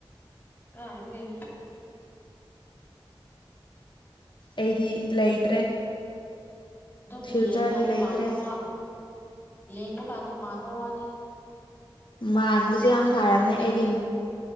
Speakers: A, on the left; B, on the left.
A: ꯀꯥꯏꯗꯒꯤ
B: ꯑꯩꯗꯤ ꯂꯩꯇ꯭ꯔꯦ
A: ꯑꯗꯨꯝ
B: ꯐ꯭ꯌꯨꯆꯔꯒꯤ
A: ꯌꯦꯡꯕꯀꯥꯟꯗ
B: ꯂꯩꯇ꯭ꯔꯦ
A: ꯃꯥꯟꯕ ꯋꯥ ꯌꯦꯡꯕ ꯀꯥꯟꯗ ꯃꯥꯟꯕ ꯋꯥꯅꯤ꯫
B: ꯃꯥꯟꯕꯁꯨ
A: ꯑꯁꯦꯡꯕꯗꯗꯤ
B: ꯌꯥꯝ ꯐꯔꯕꯅꯦ
A: ꯑꯣꯏꯗꯕꯅꯤ
B: ꯑꯩꯗꯤ